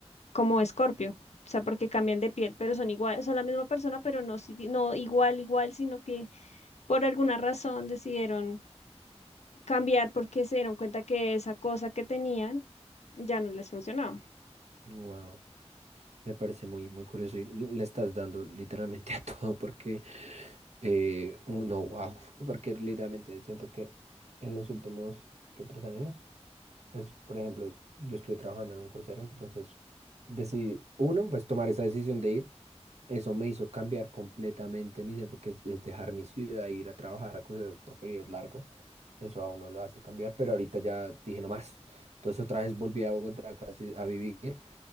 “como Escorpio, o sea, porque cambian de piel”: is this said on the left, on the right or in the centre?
Left